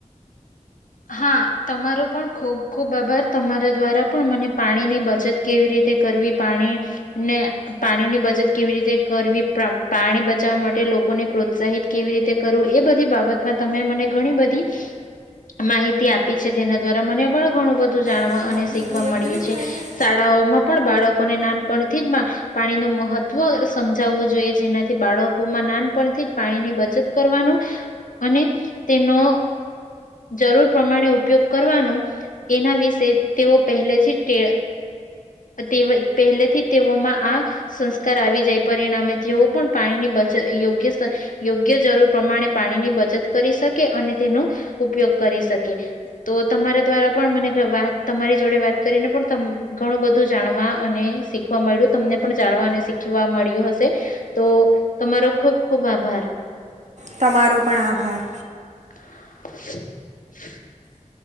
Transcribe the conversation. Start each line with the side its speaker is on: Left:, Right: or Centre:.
Left: હા તમારો પણ ખૂબ ખુબ આભાર તમારા દ્વારા પણ મને પાણીની બચત કેવી રીતે કરવી પાણી ને પાણીની બચત કેવી રીતે કરવી પાણી બચાવવા માટે લોકોને પ્રોત્સાહિત કેવી રીતે કરવું એ બધી બાબતમાં તમે મને ઘણી બધી માહિતી આપી છે જેના દ્વારા મને પણ ઘણું બધું જાણવા
Right: મમ્મી
Left: અને શીખ
Right: ભૈયાક
Left: વા મળ્યું
Right: બોલી
Left: છે
Right: ખાઈ લે
Left: શાળાઓમાં પણ બાળકોને નાનપણથી જ પાણી ન મહત્વ વ સમજાવવું જોઈએ જેનાથી બાળકોમાં નાનપણથી જ પાણી ની બચત કરવાનું અને તેનો જરૂર પ્રમાણે ઉપયોગ કરવાનું એના વિશે તેઓ પહેલેથી જ ટે તે પહેલેથી તેઓમાં આ સંસ્કાર આવી જાય પરિણામે તેઓ પણ પાણીની બચત યોગ્ય યોગ્ય જરૂર પ્રમાણે પાણીની બચત કરી શકે અને તેનો ઉપયોગ કરી શકે તો તમારા દ્વારા પણ મને તમારી જોડે વાત કરીને પણ ઘણું બધું જાણવા અને શીખવા મળ્યું તમને પણ જાણવા અને શીખવા મળ્યું હશે તો તમારો ખુબ ખુબ આભાર.
Right: તમારો પણ આભાર.
Left: <inaudible>